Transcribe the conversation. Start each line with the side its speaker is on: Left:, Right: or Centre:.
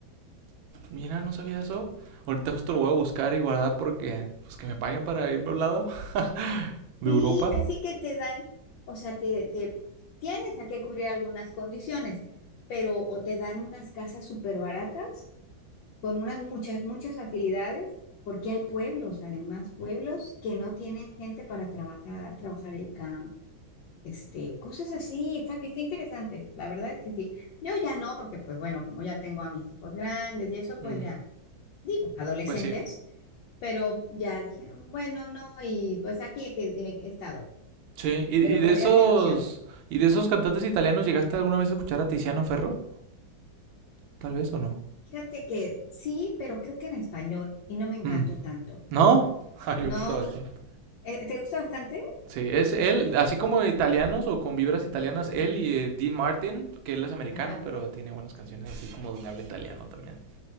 Right: Mira, no sabía eso. Ahorita justo lo voy a buscar y guardar porque, pues que me paguen para irme a un lado <laughs> de
Left: Sí,
Right: Europa.
Left: casi que te dan, o sea, te, te tienes a que cubrir algunas condiciones, pero o te dan unas casas súper baratas con unas muchas, muchas facilidades, porque hay pueblos, además, pueblos que no tienen gente para trabajar, trabajar el campo Este, cosas así, está, está interesante, la verdad es que sí. Yo ya no, porque pues bueno, como ya tengo a mis hijos grandes y eso, pues
Right: Mm,
Left: ya, digo, adolescentes,
Right: Pues sí.
Left: pero ya dije, bueno, no, y pues aquí he, que- he estado,
Right: Sí, y, y
Left: pero
Right: de
Left: podría
Right: esos,
Left: ser opción.
Right: y de esos cantantes italianos, ¿llegaste alguna vez a escuchar a Tiziano Ferro? Tal vez o no.
Left: Fíjate que sí, pero creo que en español y no me encantó
Right: Mm,
Left: tanto.
Right: ¿No? <laughs> Ay, me
Left: No,
Right: gusta bastante.
Left: eh, ¿te gusta bastante?
Right: Sí, es él, así como italianos o con vibras italianas, él y eh, Dean Martin, que él es americano,
Left: Ajá.
Right: pero tiene buenas canciones así como donde habla italiano también.